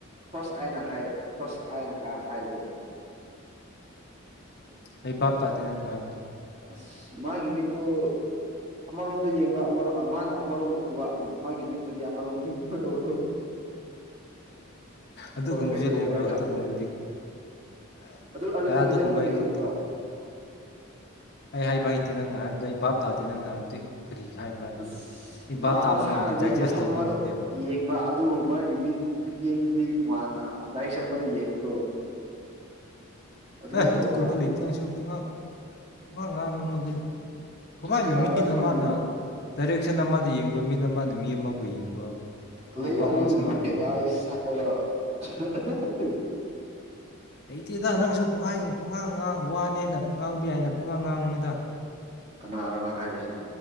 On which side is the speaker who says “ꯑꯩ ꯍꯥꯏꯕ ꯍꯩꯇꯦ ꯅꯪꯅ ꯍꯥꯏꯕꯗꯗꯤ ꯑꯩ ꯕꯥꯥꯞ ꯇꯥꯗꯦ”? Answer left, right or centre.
Left